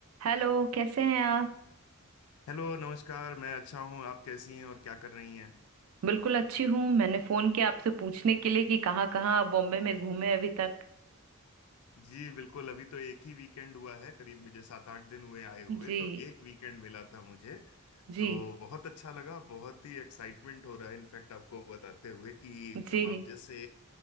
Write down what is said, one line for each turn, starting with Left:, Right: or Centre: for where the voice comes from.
Right: Hello कैसे हैं आप
Left: Hello नमस्कार मैं अच्छा हूँ आप कैसी हैं और क्या कर रही हैं
Right: बिल्कुल अच्छी हूँ मैंने फोन किया आपसे पूछने के लिए कि कहाँ कहाँ आप बॉम्बे में घूमे अभी तक
Left: जी बिल्कुल अभी तो एक ही वीकेंड हुआ है करीब मुझे सात आठ दिन हुए आए हुए
Right: जी
Left: तो एक वीकेंड मिला था मुझे
Right: जी
Left: तो बहुत अच्छा लगा बहुत ही एक्साइटमेंट हो रहा है इनफैक्ट आपको बताते हुए कि
Right: जी
Left: जब आप जैसे